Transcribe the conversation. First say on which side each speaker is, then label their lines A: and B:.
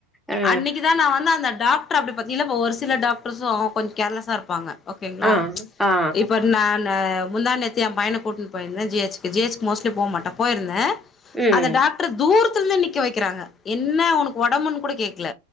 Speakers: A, in the centre; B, on the left (about 25°).
A: ஆ
B: அன்னிக்கி தா நா வந்து அந்த டாக் ட்ற அப்டி பாத்தீங்கள்ளா இப்ப ஒரு சில டாக்ட்ருஸு கொஞ்ச் கேர்லஸா இருப்பாங்க ஓகேங்களா
A: ஆ ஆ
B: இப்ப நான் ன முந்தா நேத்து என் பையன கூட்ன் போயிந்தே ஜி எச்க்கு ஜி எச்க்கு மோஸ்ட்லி போ மாட்ட போயிருந்தே
A: ம்
B: அந்த டாக்டரு தூர் த்துலருந்து நிக்க வைக்கிறாங்க என்ன ஒனக்கு ஒடம்புன்னு கூட கேக்கல